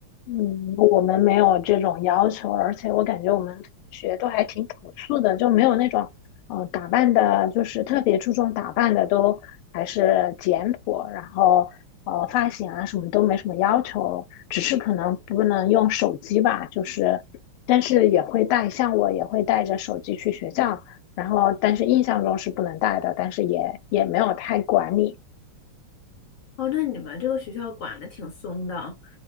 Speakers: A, on the left (about 85°); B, on the left (about 65°).
A: 嗯，我们没有这种要求，而且我感觉我们同学都还挺朴素的，就没有那种嗯、呃打扮的，就是特别注重打扮的，都还是简朴，然后呃发型啊什么都没什么要求，只是可能不能用手机吧，就是但是也会带，像我也会带着手机去学校，然后但是印象中是不能带的，但是也也没有太管理。
B: 哦，那你们这个学校管的挺松的，